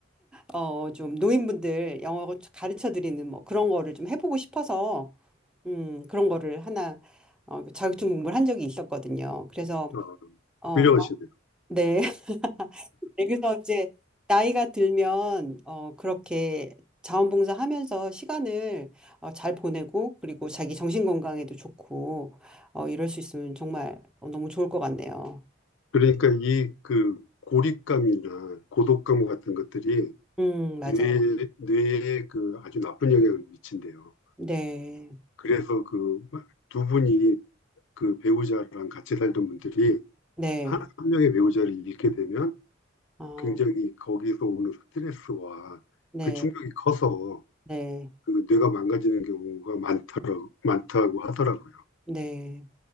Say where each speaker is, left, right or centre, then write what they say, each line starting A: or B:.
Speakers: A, in the centre; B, on the left.
A: 어, 좀 노인분들 영어 가르쳐 드리는 뭐 그런 거를 좀 해보고 싶어서, 음, 그런 거를 하나, 어, 그 자격증 공부를 한 적이 있었거든요. 그래서
B: 어,
A: 어,
B: 훌륭하시네요.
A: 네. <laughs> 그래서 이제 나이가 들면 어 그렇게 자원봉사 하면서 시간을 어, 잘 보내고 그리고 자기 정신 건강에도 좋고 어 이럴 수 있으면 정말 어, 너무 좋을 것 같네요.
B: 그러니까 이 그 고립감이나 고독감 같은 것들이
A: 음, 맞아요.
B: 뇌, 뇌에 그 아주 나쁜 영향을 미친대요.
A: 네.
B: 그래서 그 두 분이 그 배우자랑 같이 살던 분들이
A: 네.
B: 한, 한 명의 배우자를 잃게 되면
A: 어,
B: 굉장히 거기서 오는 스트레스와
A: 네.
B: 그 충격이 커서
A: 네.
B: 그 뇌가 망가지는 경우가 많더라고, 많다고 하더라고요.
A: 네.